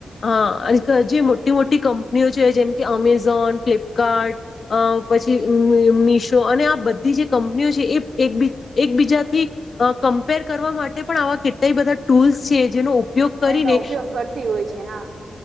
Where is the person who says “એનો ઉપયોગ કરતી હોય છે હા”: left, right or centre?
Right